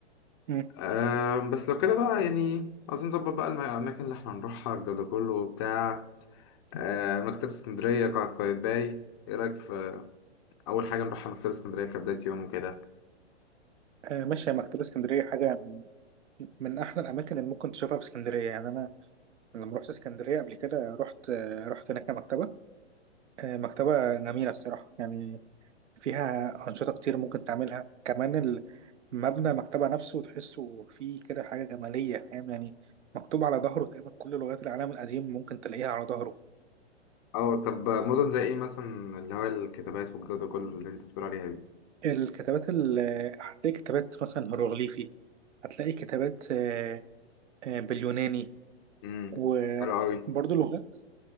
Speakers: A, on the right (about 85°); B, on the left (about 25°).
A: مم.
B: أه بس لو كده بقى يعني عاوزين نظبط بقى الم- الاماكن اللي احنا هنروحها الجو ده كله وبتاع أه مكتبة اسكندرية قلعة قايتباي ايه رايك في اول حاجة نروحها مكتبة اسكندرية كبداية يوم وكده
A: آه، ماشي يا مكتبه اسكندريه حاجه من من احلى الاماكن اللي ممكن تشوفها في اسكندريه يعني انا أنا لما رحت اسكندرية قبل كده رحت رحت هناك مكتبة آه، مكتبة جميلة الصراحة يعني فيها أنشطة كتير ممكن تعملها كمان مبنى المكتبة نفسه تحسه فيه كده حاجة جمالية فاهم يعني مكتوب على ظهره تقريبا كل لغات العالم القديم ممكن تلاقيها على ظهره
B: اه طب مدن زي ايه مثلا اللي هو الكتابات والجو ده كله اللي انت بتقول عليها دي
A: الكتابات ال... هتلاقي كتابات مثلا هيروغليفي هتلاقي كتابات آه، آه، باليوناني
B: امم
A: وبرضه
B: حلو قوي
A: لغات